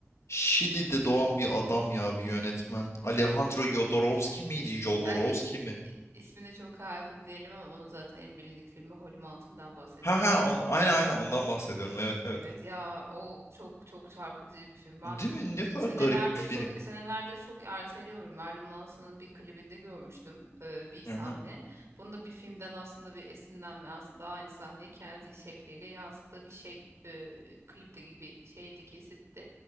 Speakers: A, on the left; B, on the right.
A: Şili'de doğan
B: Hey.
A: bir adam ya, bir yönetmen.
B: Hmm.
A: Alejandro Jodorowsky miydi?
B: İs,
A: Jodorowsky
B: yani is-
A: mi?
B: ismine çok hakim değilim ama onun zaten en bilindik filmi Holm Altın'dan bahsediyorsun
A: Ha ha,
B: herhalde.
A: on, aynen aynen ondan bahsediyorum. Evet evet.
B: Evet ya o çok çok çarpıcı bir film. Ben
A: Değil mi? Ne kadar
B: senelerdir
A: garip bir film.
B: çok senelerdir çok erteliyorum. Marilyn Manson'un bir klibinde görmüştüm e, bir
A: Hı
B: sahne.
A: hı.
B: Bunda bir filmden aslında bir esinlenme aslında aynı sahneyi kendi şekliyle yansıttığı bir şey e, klipte gibi şeydi kesitti.